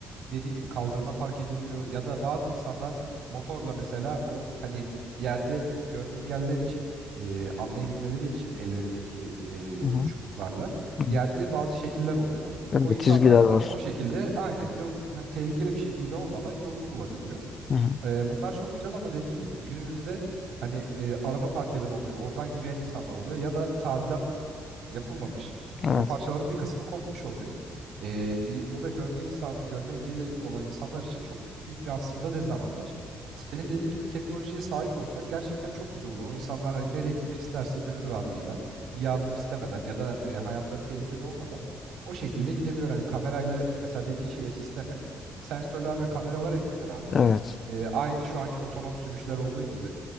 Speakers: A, on the right; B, on the left.
A: dediğin gibi kaldırıma park ediliyor ya da bazı insanlar motorla mesela o hani yerde görme engelliler için e, anlayabilmeleri için ellerindeki e,
B: Hı hı.
A: çubuklarla
B: Hı.
A: Yerde bazı şekiller oluyor abi.
B: Evet,
A: O insanlar
B: çizgiler
A: da
B: var.
A: o şekilde aynen yol hani tehlikeli bir şekilde olmadan yolunu bulabiliyor.
B: Hı hı.
A: E, bunlar çok güzel ama dediğin gibi günümüzde hani e, araba park eden oluyor, oradan yürüyen insanlar oluyor ya da tadilat yapılmamış.
B: Evet.
A: O parçaların bir kısmı kopmuş oluyor. E, bir, bu da görme insan görme engeli olan insanlar için çok büyük bir aslında dezavantaj. Senin dediğin gibi teknolojiye sahip olsak gerçekten çok güzel olur. O insanlar hani nereye gitmek isterse gönül rahatlığıyla bir yardım istemeden ya da e, hayatları tehlikede olmadan o şekilde gidebilir. Hani kamerayla mesela dediğin şeye sisteme sensörler ve kameralar eklenir abi.
B: Evet.
A: E, aynı şu anki otonom sürüşler olduğu gibi